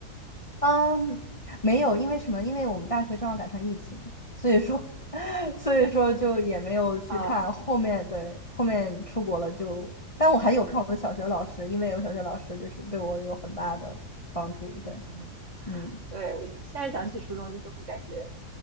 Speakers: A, on the left; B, on the right.
A: 嗯，没有，因为什么？因为我们大学正好赶上疫情，所以说，<laughs> 所以说就也没有去看后面，
B: <laughs> 啊
A: 对，后面出国了就，但我还有看我的小学老师，因为有小学老师就是对我有很大的帮助，对，
B: 嗯
A: 嗯
B: 对，我现在想起初中，就是会感觉